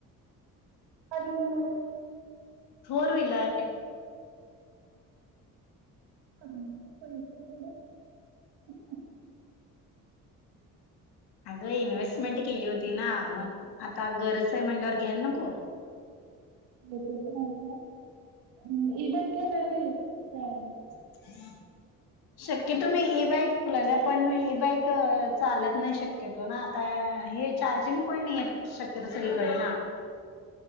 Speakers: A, on the right; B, on the left.
A: कधी घेणार हाईस
B: फोर व्हीलर <unintelligible>
A: पण पैसे <unintelligible>
B: अगं इनवेस्टमेंट केली होती ना मग आता गरज आहे म्हंल्यावर घ्यायला नको
A: <unintelligible>
B: हम् शक्यतो ई बाईक कुणाला पण ई बाईक चालत नाही शक्य तो ना आता हे चार्जिंग पाँईट नाहीय शक्यतो सगळीकडे ना